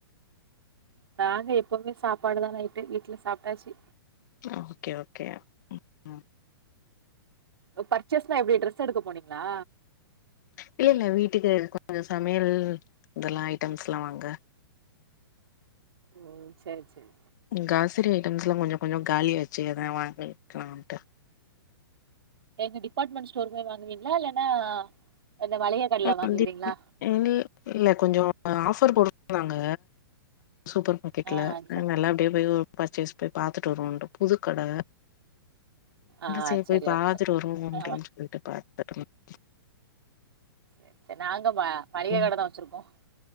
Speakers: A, on the right; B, on the left.
A: நாங்க எப்பவுமே சாப்பாடு தா நைட்டு வீட்டுல சாப்ட்டாச்சு
B: ஓகே ஓகே ம்
A: பர்ச்சேஸ்ன எப்படி டிரரெஸ் எடுக்க போனீங்களா
B: இல்ல இல்ல வீட்டுக்கு கொஞ்ச சமையல் இதெல்லா ஐட்டம்ஸ் எல்லா வாங்க
A: ஓ சரி சரி
B: காசரி ஐட்டம்ஸ் எல்லா கொஞ்சம் கொஞ்ச காலி ஆச்சு அதா வாங்கிக்கலாட்டு
A: எங்க டிபார்ட்மெண்ட் ஸ்டோர் போய் வாங்குவீங்களா இல்லன்னா இந்த மளிக கடைல
B: <unintelligible>
A: வாங்கிருவீங்களா
B: ஆ இல்ல கொஞ்ச ஆஃபர் போடு நாங்க சூப்பர் மார்க்கெட்ல
A: ஆ சரி
B: நல்லா அப்படியே போய் பர்ச்சேஸ் போய் பாத்துட்டு வரும் புதுக்கட
A: ஆ
B: சரி போய் பாத்துட்டு
A: ஓகே
B: வருவம் அப்படின்னு
A: ஆ
B: சொல்லிட்டு பா <unintelligible>
A: சரி சரி நா மள்ளிககட
B: ம்
A: தா வச்சிருக்கோ